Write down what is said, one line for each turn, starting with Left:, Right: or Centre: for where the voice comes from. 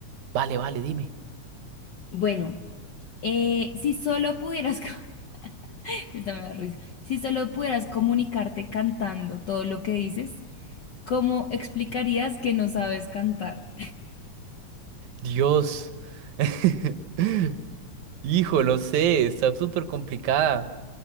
Right: Vale, vale, dime.
Left: Bueno. Eh, si solo pudieras, co- <laughs> esta me da risa, si solo pudieras comunicarte cantando todo lo que dices, ¿cómo explicarías que no sabes cantar?
Right: Dios. <laughs> Hijo, no sé, está súper complicada.